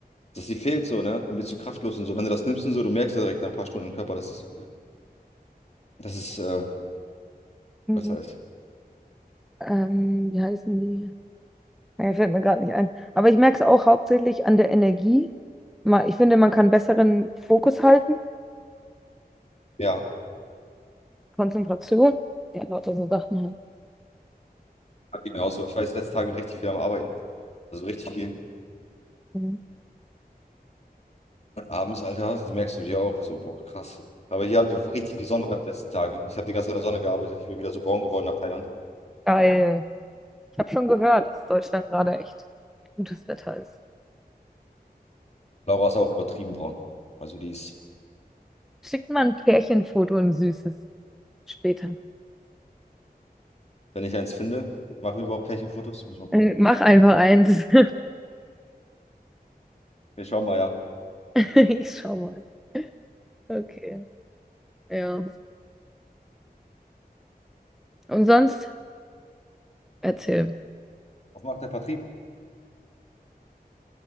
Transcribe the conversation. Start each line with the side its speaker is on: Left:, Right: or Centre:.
Left: dass die fehlt so, ne? Dann wird so kraftlos und so. Wenn du das nimmst und so, du merkst ja direkt nach ein paar Stunden im Körper, dass es, dass es äh,
Centre: Mhm.
Left: besser ist.
Centre: Ähm, wie heißen die? Ja, fällt mir gerade nicht ein. Aber ich merke es auch hauptsächlich an der Energie. Ma- Ich finde, man kann besseren Fokus halten,
Left: Ja,
Centre: Konzentration. Ja, lauter so Sachen halt.
Left: geht mir auch so. Ich weiß, letzte Tage richtig viel am Arbeiten. Also richtig viel.
Centre: Mhm.
Left: Und abends, Alter, merkst du dir auch so, boah, krass. Aber hier haben wir richtig viel Sonne gehabt die letzten Tage. Ich habe die ganze Zeit in der Sonne gearbeitet. Ich bin wieder so braun geworden nach Thailand.
Centre: Geil. Ich habe schon gehört, dass Deutschland gerade echt gutes Wetter ist.
Left: Laura ist auch übertrieben braun. Also die ist
Centre: Schickt mal ein Pärchenfoto und ein süßes später.
Left: Wenn ich eins finde, machen wir überhaupt Pärchenfotos? Müssen wir gucken.
Centre: Äh, Mach einfach eins. <laughs>
Left: Wir schauen mal, ja.
Centre: Ich schau mal. Okay. Ja. Und sonst? Erzähl.
Left: Was macht der Vertrieb?